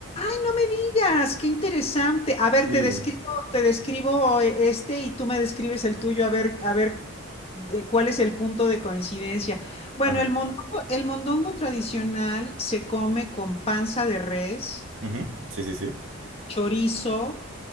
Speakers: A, on the left; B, on the right.
A: no me digas, qué interesante. A ver,
B: Sí.
A: te describo, te describo eh, este y tú me describes el tuyo, a ver, a ver de cuál es el punto de coincidencia. Bueno,
B: Ajá.
A: el mondongo, el mondongo tradicional se come con panza de res,
B: ujú, Sí, sí, sí.
A: chorizo,